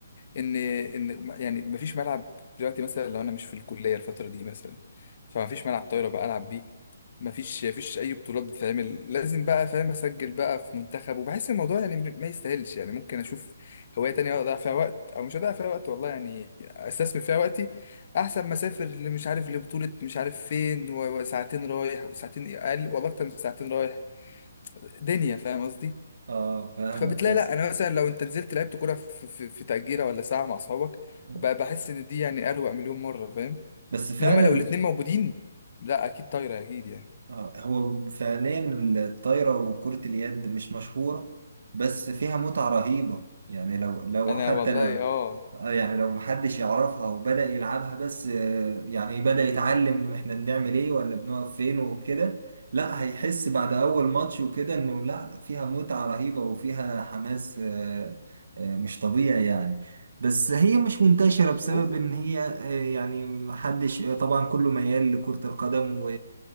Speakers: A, on the left; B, on the right.
A: ان ان يعني مفيش ملعب دلوقتي مثلا لو انا مش في الكليه الفتره دي مثلا فمفيش ملعب طايره بقى العب بيه مفيش مفيش اي بطولات بتتعمل لازم بقى فاهم اسجل بقى في منتخب وبحس الموضوع يعني م- ما يستاهلش يعني ممكن اشوف هوايه تانية اضيع فيها وقت او مش هضيع فيها وقت والله يعني استثمر فيها وقتي احسن ما اسافر اللي مش عارف لبطوله مش عارف فين و- وساعتين رايح وساعتين اقل والله اكتر من ساعتين رايح دنيا فاهم قصدي
B: اه فاهمك
A: فبتلاقي
B: بس
A: لا انا مثلا لو انت نزلت لعبت كوره في, في, في تأجيرة ولا ساعه مع اصحابك
B: آه.
A: ب- بحس ان دي يعني اروق مليون مره فاهم
B: بس فعلا
A: انما لو الاتنين موجودين لا اكيد طايره اكيد يعني
B: آه، هو فعليا الطايرة وكرة اليد مش مشهورة بس فيها متعة رهيبة يعني لو لو
A: انا
B: حتى
A: والله
B: لو
A: اه
B: آه، يعني لو محدش يعرفها وبدأ يلعبها بس آه، يعني بدأ يتعلم احنا بنعمل ايه ولا بنقف فين وكده لا هيحس بعد
A: مم.
B: أول ماتش وكده انه لا فيها متعة رهيبة وفيها حماس آه، آه، مش طبيعي يعني بس هي مش منتشرة بسبب
A: و-
B: ان هي آه، يعني محدش آه، طبعا كله ميال لكرة القدم و